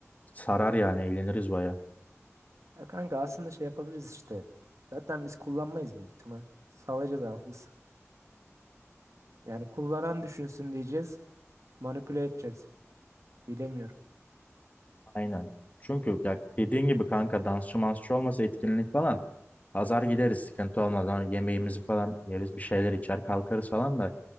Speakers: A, on the left; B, on the right.
A: Sarar yani eğleniriz baya.
B: Ya kanka aslında şey yapabiliriz işte. Zaten biz kullanmayız büyük ihtimal. Salacağız hafız. Yani kullanan düşünsün diyeceğiz. Manipüle edeceğiz. Bilemiyorum.
A: Aynen. Çünkü ya dediğin gibi kanka dansçı mansçı olmasa etkinlik falan. Pazar gideriz sıkıntı olmaz. Hani yemeğimizi falan yeriz bir şeyler içer kalkarız falan da.